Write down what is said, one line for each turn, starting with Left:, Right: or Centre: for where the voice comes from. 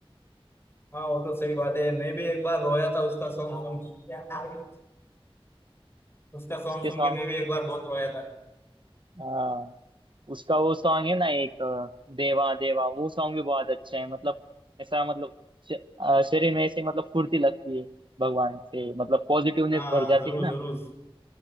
Left: हाँ वो तो सही बात है मैं भी एक बार रोया था उसका सॉन्ग सुन के। उसका सॉन्ग
Right: उसके
Left: सुन
Right: सॉन्ग
Left: के मैं भी एक बार बहुत रोया था
Right: हाँ उसका वो सॉन्ग है ना एक अ, देवा देवा वो सॉन्ग भी बहुत अच्छा है मतलब ऐसा मतलब श- अ, शरीर में ऐसे मतलब फुर्ती लगती है भगवान से मतलब पॉजिटिवनेस
Left: हाँ हाँ,
Right: भर जाती
Left: जरूर
Right: है ना
Left: जरूर